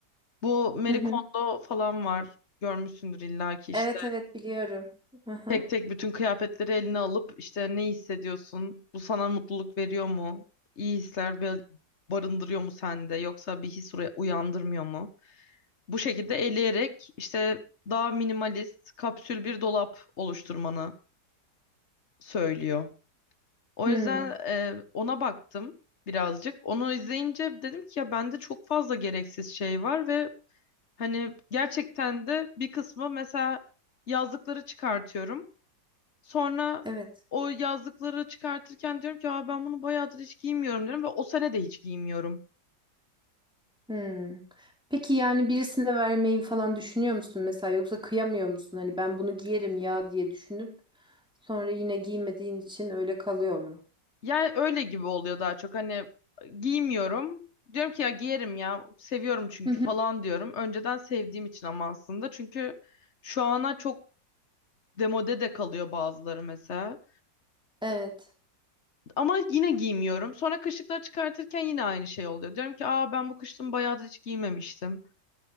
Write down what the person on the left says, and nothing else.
Bu Marie
Kondo falan var. Görmüşsündür illaki işte.
Tek tek bütün kıyafetleri eline alıp işte ne hissediyorsun? Bu sana mutluluk veriyor mu? İyi hisler ba- barındırıyor mu sende? Yoksa bir his uya- uyandırmıyor mu? Bu şekilde eleyerek işte daha minimalist kapsül bir dolap oluşturmanı söylüyor. O
yüzden e, ona baktım birazcık. Onu izleyince dedim ki ya bende çok fazla gereksiz şey var ve hani gerçekten de bir kısmı mesela yazlıkları çıkartıyorum. Sonra
o yazlıkları çıkartırken diyorum ki Aa, ben bunu bayağıdır hiç giymiyorum diyorum ve o sene de hiç giymiyorum.
Yani öyle gibi oluyor daha çok hani giymiyorum. Diyorum ki ya giyerim ya seviyorum çünkü
falan diyorum. Önceden sevdiğim için ama aslında çünkü şu ana çok demode de kalıyor bazıları mesela.
Ama yine giymiyorum. Sonra kışlıkları çıkartırken yine aynı şey oluyor. Diyorum ki aa ben bu kışın bayağıdır hiç giymemiştim.